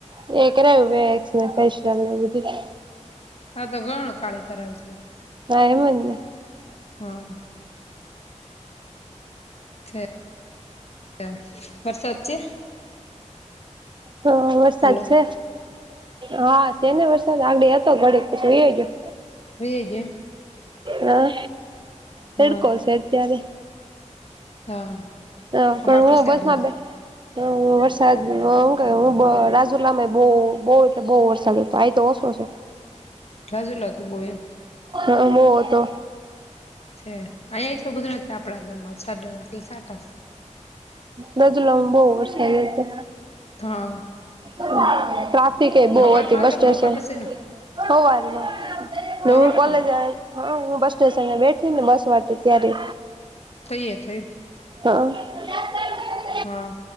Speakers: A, on the right; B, on the left.
A: મે કરાયુ વેક્સ અને ફેશિયલ ને એવું બધું.
B: હ તો ગણો કાળી કરવેલું
A: હા એમ જ ને.
B: હા છે. અ વરસાદ છે?
A: હા વરસાદ
B: હલો
A: છે. હા છે ને વરસાદ આવડે હતો ઘડીક પછી વહી ગયો‌.
B: વહી ગયો
A: હા તડકો
B: હા
A: છે અત્યારે.
B: હા.
A: તો
B: અમાર
A: પણ
B: તો
A: હું
B: છે
A: બસમાં
B: બધું
A: બેઠી હ વરસાદું હું રાજુલામાં બવ એટલે બવ વરસાદ હતો આ તો ઓછો છે.
B: સાજુલા હતું બો એ <unintelligible>
A: હા બોવ હતો.
B: છે અહીંયા એટલું બધું નથી આપણા ગામમાં છાંટા જ સાટા
A: રાજુલામાં બવ વરસાદ હતો.
B: હા.
A: પ્ર <inaudible> ટ્રાફિક કેય બોવ
B: હવાર
A: હતી
B: માં
A: બસ
B: હતો
A: સ્ટેશને
B: કે બપોર પછી ન
A: સવારમાં
B: હવાર
A: હું
B: માં
A: કોલેજ
B: આવો
A: આવીતી હા હું બસ સ્ટેશનને બેઠી ને બસમાં હતી ત્યારે.
B: તૈયાર થઈ
A: હ.
B: હા